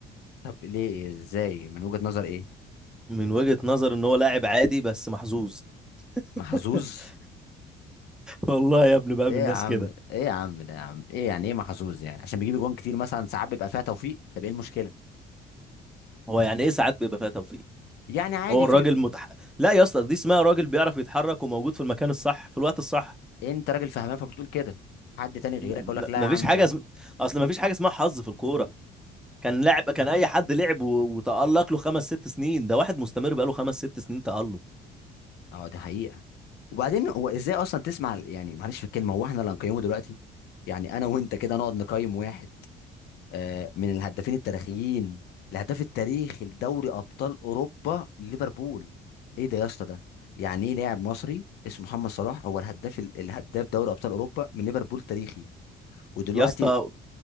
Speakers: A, on the left; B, in the centre.
A: طب ليه ازاي من وجهه نظر ايه
B: من وجهة نظر ان هو لاعب عادي بس محظوظ
A: محظوظ
B: <laughs> والله يا ابني بقى
A: ايه
B: من الناس
A: يا عم
B: كده
A: ايه يا عم ده يا عم ايه يعني ايه محظوظ يعني عشان بيجيب جوان كتير مثلا ساعات بيبقى فيها توفيق طب ايه المشكله
B: هو يعني ايه ساعات بيبقى فيها توفيق
A: يعني عادي
B: هو الراجل
A: في
B: متح... لا يا اسطى دي اسمها راجل بيعرف يتحرك وموجود في المكان الصح في الوقت الصح
A: انت راجل فهمان فبتقول كده حد تاني غيرك
B: م-
A: يقول لك لا
B: مفيش
A: يا عم
B: حاجه
A: ده
B: اسم... اصل مفيش حاجه اسمها حظ في الكوره كان لاعب كان اي حد لعب و... وتألق له خمس ست سنين ده واحد مستمر بقاله خمس ست سنين تألق
A: اه دي حقيقة وبعدين هو ازاي اصلا تسمع ال- يعني معلش في الكلمة هو احنا اللي هنقيمه دلوقتي يعني انا وانت كده نقعد نقيم واحد آه، من الهدافين التاريخيين الهداف التاريخي لدوري ابطال اوروبا ليفربول ايه ده يا اسطى ده يعني ايه لاعب مصري اسمه محمد صلاح هو الهداف ال- الهداف دوري ابطال اوروبا من ليفربول تاريخي ودلوقتي
B: يا اسطى